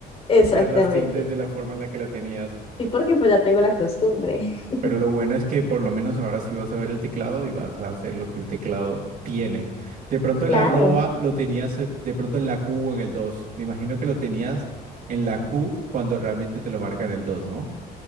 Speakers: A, on the left; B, on the right.
A: Exactamente.
B: usar las tildes de la forma en la que la tenías.
A: Sí, porque pues ya tengo la costumbre. <laughs>
B: Pero lo bueno es que por lo menos ahora sí vas a ver el teclado y vas a hacer lo que el teclado tiene. De pronto
A: Claro.
B: el arroba lo tenías eh, de pronto en la Q o en el dos. Me imagino que lo tenías en la Q cuando realmente te lo marca en el 2, ¿no?